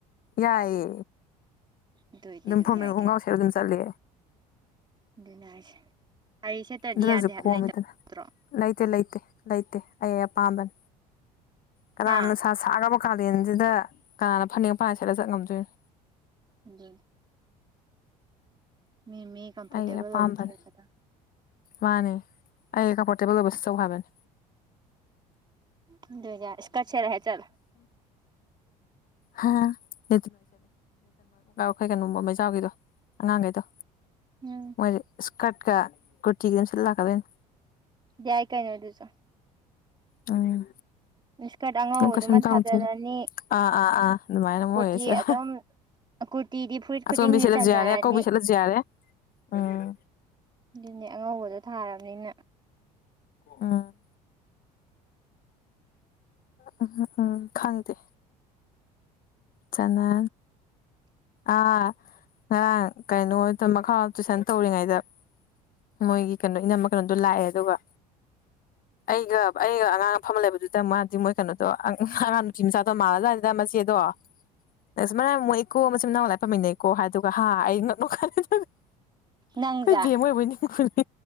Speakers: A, on the left (about 45°); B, on the right (about 20°).
A: ꯌꯥꯏꯌꯦ
B: ꯑꯗꯨ ꯑꯣꯏꯗꯤ ꯑꯗꯨꯝ
A: ꯐꯣꯔꯃꯦꯜ
B: ꯌꯥꯏ
A: ꯈꯣꯡꯒ꯭ꯔꯥꯎ
B: ꯀꯩꯅꯣ
A: ꯁꯦꯠꯂ ꯑꯗꯨꯝ ꯆꯠꯂꯦ
B: ꯑꯗꯨꯅꯦ ꯍꯥꯏꯁꯦ ꯁꯥꯔꯤ ꯁꯦꯠꯇ꯭ꯔꯗꯤ
A: ꯑꯗꯨꯅꯁꯨ
B: ꯌꯥꯗꯦ ꯍꯥꯏꯕ
A: ꯀꯣꯝꯃꯤꯗꯅ
B: ꯂꯩꯇ꯭ꯔꯣ
A: ꯂꯩꯇꯦ ꯂꯩꯇꯦ ꯂꯩꯇꯦ ꯑꯩ ꯑꯄꯥꯝꯕꯅꯤ ꯀꯅꯥ
B: ꯍꯥ
A: ꯅꯨꯡꯁꯥ ꯁꯥ꯭ꯔꯕꯥꯀꯥꯟ ꯀꯥꯂꯦꯟꯁꯤꯗ ꯀꯅꯥꯅ ꯐꯅꯦꯛ ꯃꯄꯥꯟꯅꯥꯏꯕ ꯁꯠꯂ ꯆꯠꯄ ꯉꯝꯗꯣꯏꯅꯣ
B: ꯑꯗꯨ ꯃꯤ ꯃꯤ ꯀꯝꯐꯣꯔꯇꯦꯕꯜ
A: ꯑꯩ ꯑꯄꯥꯝꯕꯅꯤ
B: ꯑꯣꯏꯕ ꯊꯤꯔꯛꯀꯗꯝ
A: ꯃꯥꯅꯦ ꯑꯩ ꯑꯩ ꯀꯝꯐꯣꯔꯇꯦꯕꯜ ꯑꯣꯏꯕ ꯁꯦꯠꯆꯧ ꯍꯥꯏꯕꯅꯦ
B: ꯑꯗꯨꯅꯦ ꯏꯁꯀꯔꯠ ꯁꯦꯠꯂ ꯍꯦꯛ ꯆꯠꯂꯨ
A: ꯍꯥ <unintelligible> <unintelligible> ꯀꯩꯅꯣ ꯃꯩꯖꯥꯎꯒꯤꯗꯣ ꯑꯉꯥꯡꯈꯩꯗꯣ
B: ꯎꯝ
A: ꯃꯣꯏꯗꯤ ꯏꯁ ꯀꯠꯀꯥ ꯀꯨꯔꯇꯤꯒ ꯁꯦꯠꯂ ꯂꯥꯛꯀꯗꯣꯏꯅꯤ
B: ꯌꯥꯏ ꯀꯩꯅꯣ ꯑꯗꯨꯁꯨ
A: ꯎꯝ
B: ꯏꯁꯀꯔꯠ ꯑꯉꯧꯕꯗꯨꯃ
A: ꯀꯝꯀꯩꯁꯨꯝ ꯇꯧꯗꯦ
B: ꯊꯥꯖꯜꯂꯅꯤ
A: ꯑ ꯑꯥ ꯑꯥ ꯑꯗꯨꯃꯥꯏꯅ
B: ꯀꯨꯔꯇꯤ
A: ꯃꯣꯏꯁꯦ
B: ꯑꯗꯨꯝ
A: ꯍꯦ
B: ꯀꯨꯔꯇꯤꯗꯤ ꯐꯨꯔꯤꯠ ꯈꯨꯗꯤꯡꯒꯤ
A: ꯑꯆꯣꯟꯕꯤ ꯁꯦꯠꯂꯁꯨ
B: ꯆꯟꯅꯔꯅꯤ
A: ꯌꯥꯔꯦ ꯑꯀꯧꯕꯤ ꯁꯦꯠꯂꯁꯨ ꯌꯥꯔꯦ ꯎꯝ
B: ꯑꯗꯨꯅꯦ ꯑꯉꯧꯕꯗ ꯊꯥꯔꯕꯅꯤꯅ
A: ꯎꯝ ꯎꯝ ꯍꯨꯛ ꯎꯝ ꯍꯨꯛ ꯎꯝ ꯈꯪꯗꯦ ꯆꯅꯥ ꯑꯥ ꯉꯔꯥꯡ ꯀꯩꯅꯣ ꯍꯣꯏꯇ ꯃꯈꯥꯔꯣꯝꯗ ꯇꯨꯏꯁꯟ ꯇꯧꯔꯤꯉꯩꯗ ꯃꯣꯏꯒꯤ ꯀꯩꯅꯣ ꯏꯅꯝꯃ ꯀꯩꯅꯣꯗꯣ ꯂꯥꯛꯑꯦ ꯑꯗꯨꯒ ꯑꯩꯒ ꯑꯩꯒ ꯑꯉꯥꯡ ꯐꯝꯃꯒ ꯂꯩꯕꯗꯨꯗ ꯃꯥꯗꯤ ꯃꯣꯏ ꯀꯩꯅꯣꯗꯣ ꯑꯉꯥꯡ ꯅꯨꯄꯤ ꯃꯆꯥꯗꯣ ꯃꯥꯜꯂꯖꯠꯅꯤꯗ ꯃꯆꯦꯗꯣ ꯑꯁ ꯃꯔꯝ ꯌꯥꯝ ꯃꯣꯛꯏꯀꯣ ꯃꯆꯤꯟ ꯃꯅꯥꯎ ꯂꯥꯏꯔꯤꯛ ꯄꯥꯝꯃꯤꯟꯅꯩꯀꯣ ꯍꯥꯏ ꯑꯗꯨꯒ ꯍꯥ ꯑꯩ ꯉꯛ <unintelligible> ꯑꯩꯈꯣꯏ
B: ꯅꯪꯖꯦ
A: ꯕꯦꯝꯃ ꯑꯣꯏꯔꯕꯣꯏ ꯅꯤꯡꯉꯨꯔꯦ